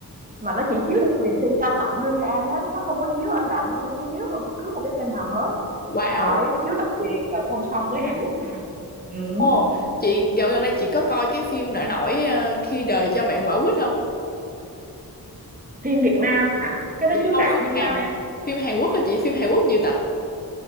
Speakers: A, on the right; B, on the left.
A: Mà nó chỉ chiếu đặc quyền trên K Cộng thôi nha An á. Nó không có chiếu ở rạp, nó cũng không chiếu ở bất cứ một cái kênh nào hết.
B: wow.
A: Đấy, nó chiếu độc quyền và song song với Hàn Quốc mà. Ừ.
B: Ồ, chị dạo gần đây chị có coi cái phim nổi nổi ờ, khi đời cho bạn quả quýt không?
A: Phim Việt Nam hả? Cái đó
B: Dạ
A: chiếu
B: không,
A: rạp
B: phim
A: hay sao
B: Hàn.
A: An?
B: Phim Hàn Quốc hả chị? Phim Hàn Quốc nhiều tập.